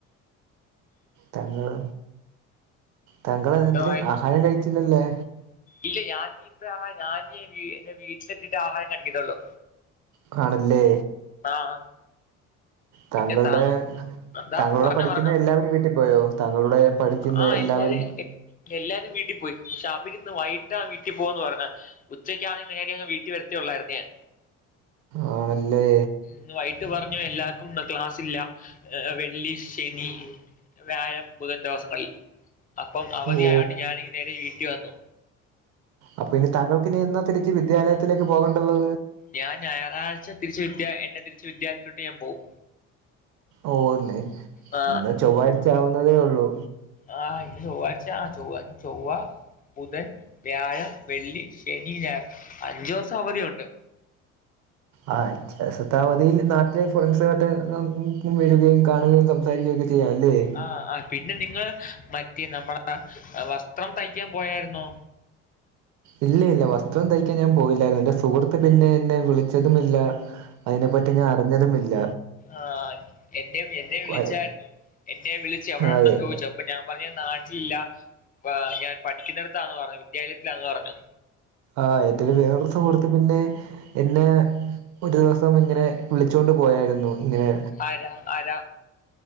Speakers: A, on the right; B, on the left.
A: തങ്കള് താങ്കള് <unintelligible>
B: എന്തോ
A: ആഹാരം കഴിച്ചില്ലല്ലേ
B: ഇല്ലെയ് ഞാൻ ഞിപ്പ ആഹ ഞാൻ ഞിയ വീ എന്റെ വീട്ടിലെത്തീട്ട് ആഹാരം കഴിക്കതൊള്ളൂ
A: ക്കാണ്ല്ലേ
B: ആഹ് ആ
A: താങ്കൾടെ
B: പിന്നെ താ എന്താ
A: താങ്കളെ കൂടെ
B: പറഞ്ഞോ
A: പഠിക്കുന്ന
B: പറഞ്ഞോ
A: എല്ലാവരും വീട്ടി പോയോ താങ്കളുടെ പഠിക്ക്ന്ന
B: ആ
A: എല്ലാവരും
B: എല്ലാരും എല്ലാരും വീട്ടിപ്പോയി പക്ഷേ അവര്ന്ന് വൈട്ടാ വീട്ടി പോവാന്ന് പറഞ്ഞെ ഉച്ചക്കാണേൽ നേരെ അങ്ങ് വീട്ടി വരത്തേ ഒള്ളായിരുന്നു ഞാൻ
A: ആണല്ലേ
B: ന്ന് വൈട്ട് പറഞ്ഞു എല്ലാർക്കും ന്ന് ക്ലാസ്സില്ല ഏ വെള്ളി ശനി വ്യായം ബുധൻ ദിവസങ്ങളിൽ അപ്പം അവധി
A: ഓ
B: ആയോണ്ട് ഞാനിങ്ങ് നേരെ വീട്ടി വന്നു
A: അപ്പ ഇനി തങ്കൾക്കിനി എന്നാ തിരിച്ച് വിദ്യാലയത്തിലേക്ക് പോകണ്ട്ള്ളത്
B: ഞാൻ ഞായറാഴ്ച തിരിച്ച് വിദ്യ എന്റെ തിരിച്ച് വിദ്യാലയത്തിലോട്ട് ഞാൻ പോവും
A: ഓ ന്നെ
B: ആ
A: ഇന്ന് ചൊവ്വാഴ്ച ആവുന്നതേ ഒള്ളൂ
B: ആഹ് ഇന്ന് ചൊവ്വാഴ്ച്ചാ ചൊവ്വ ചൊവ്വാ ബുധൻ വ്യാഴം വെള്ളി ശനി ഞായർ അഞ്ചൂസവധിയുണ്ട്
A: ആഹ് അഞ്ചുസത്തെ അവധിയിൽ നാട്ടിലെ ഫ്രണ്ട്‌സ് <unintelligible> വരുകയും കാണുകയും സംസാരിക്കൊക്കെ ചെയ്യാംല്ലേ
B: ആഹ് ആഹ് പിന്നെ നിങ്ങൾ മറ്റേ നമ്മളെ വസ്ത്രം തയ്ക്കാൻ പോയാര്ന്നോ
A: ഇല്ല ഇല്ല വസ്ത്രം തയ്ക്കാൻ ഞാൻ പോയില്ല എന്റെ സുഹൃത്ത് പിന്നെ എന്നെ വിളിച്ചതുമില്ല അയ്നെപ്പറ്റി ഞാൻ അറിഞ്ഞതുമില്ല
B: ആഹ് എന്നെ എന്നെ വിളിച്ചായിരുന്നു
A: വയ-
B: എന്നെ വിളിച്ചു എവെടെണ്ടെന്ന്
A: ആ എ-
B: ചോദിച്ചു അപ്പൊ ഞാൻ പറയൻ നാട്ടിലില്ല ഞാൻ പഠിക്കുന്നിടത്താന്ന് പറഞ്ഞു വിദ്യാലയത്തിലാന്ന് പറഞ്ഞു
A: ആഹ് എന്റൊരു വെറൊരു സുഹൃത്ത് പിന്നെ എന്നെ ഒരു ദിവസം ഇങ്ങനെ വിളിച്ചൊണ്ട് പോയാരുന്നു ഇങ്ങനെ
B: ആരാ ആരാ